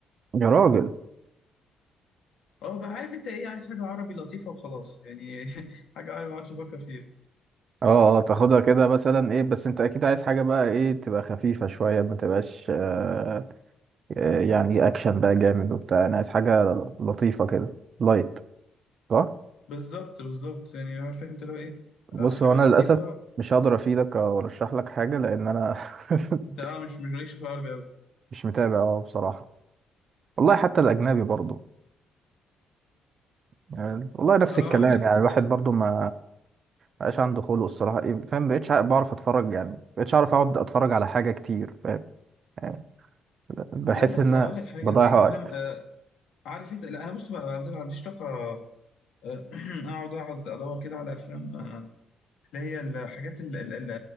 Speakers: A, on the right; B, on the left.
A: يا راجل
B: اه بقى عارف انت ايه عايز حاجه عربي لطيفه وخلاص يعني <laughs> حاجه عربي ما اقعدش افكر فيها
A: اه اه تاخدها كده مثلا ايه بس انت اكيد عايز حاجة بقى ايه تبقى خفيفة شوية ما تبقاش آه آه، يعني اكشن بقى جامد وبتاع انا عايز حاجة لطيفة كده لايت صح؟
B: بالظبط بالظبط يعني عارف انت لو ايه
A: بص
B: آه، حاجه
A: هو انا
B: لطيفه
A: للأسف مش هقدر افيدك او ارشح لك حاجة لان انا <laughs>
B: انت اه مش مش مالكش في العربي قوي
A: مش متابع اه بصراحة والله حتى الاجنبي برضه يعني والله نفس
B: اه
A: الكلام
B: اقول لك
A: يعني
B: صدقني
A: الواحد برضو ما بقاش عنده خلق الصراحة إيه، فاهم بقيتش ع- بعرف اتفرج يعني ما بقيتش اعرف اقعد اتفرج على حاجة كتير فاهم يعني بحس
B: لا بس
A: ان
B: هقول
A: أنا
B: لك حاجه
A: بضيع
B: في
A: وقت
B: افلام آه عارف انت لا انا بص بقى ما عندي- ما عنديش طاقه آه، <clears throat> اقعد اقعد ادور كده على افلام آه، اللي هي الحاجات اللي اللي